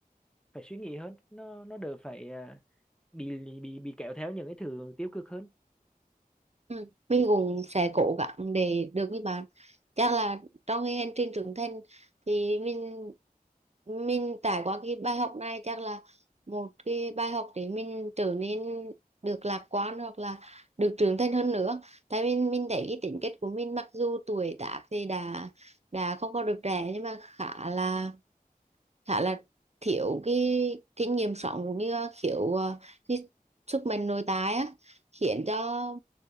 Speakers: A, in the centre; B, on the right.
A: phải suy nghĩ hơn nó nó đỡ phải à, bị bị bị kéo theo những cái thứ tiêu cực hơn
B: Ừ. Mình cũng sẽ cố gắng để được với bạn. Chắc là trong cái hành trình trưởng thành thì mình mình trải qua cái bài học này chắc là một cái bài học để mình trở nên được lạc quan hoặc là được trưởng thành hơn nữa. Tại mình mình thấy cái tính cách của mình mặc dù tuổi tác thì đã đã không còn được trẻ nhưng mà khá là khá là thiếu cái kinh nghiệm sống cũng như thiếu ờ, cái sức mạnh nội tại á khiến cho